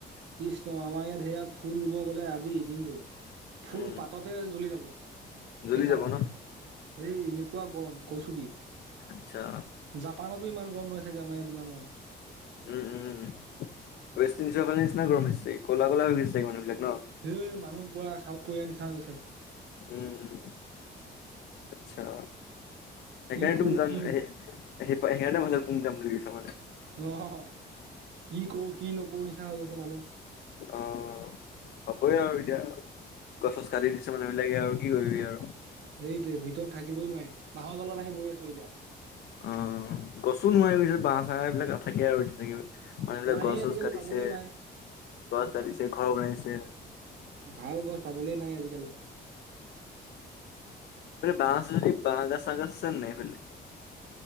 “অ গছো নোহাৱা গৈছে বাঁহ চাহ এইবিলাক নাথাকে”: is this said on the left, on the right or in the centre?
Left